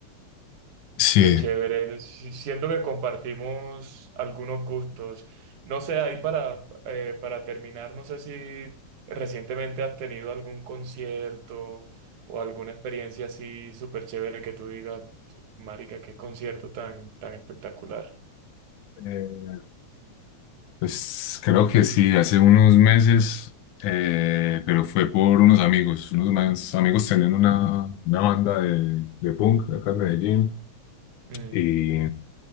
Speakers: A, on the left (about 85°); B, on the right (about 85°).
A: Sí.
B: Qué chévere. Si- Siento que compartimos algunos gustos. No sé, ahí para, eh, para terminar, no sé si recientemente has tenido algún concierto o alguna experiencia así súper chévere que tú digas, marica, qué concierto tan, tan espectacular.
A: Eh, Pues creo que sí, hace unos meses, eh, pero fue por unos amigos. Unos más amigos tenían una, una banda de, de punk acá en Medellín
B: Mm,
A: y,